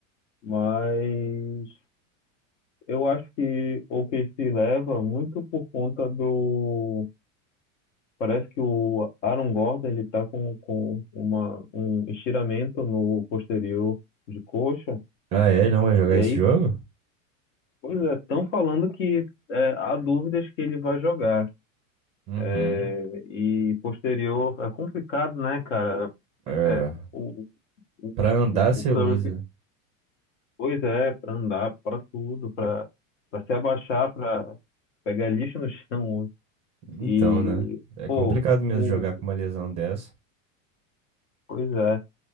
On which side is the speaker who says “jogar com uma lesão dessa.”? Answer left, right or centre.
Right